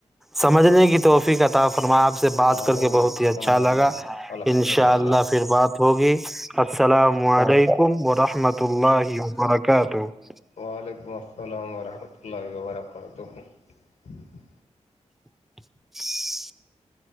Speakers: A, in the centre; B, on the left.
A: سمجھنے کی توحفی کا تحفظ آپ سے بات
B: آمین
A: کر کے بہت ہی اچھا
B: ثم آمین
A: لگا
B: الحمد
A: انشاء
B: للہ
A: اللہ پھر بات ہوگی السلام علیکم ورحمۃ اللہ وبرکاتہ کہ تو
B: وعلیکم السلام ورحمۃ اللہ وبرکاتہ اور تو ہ
A: <inaudible>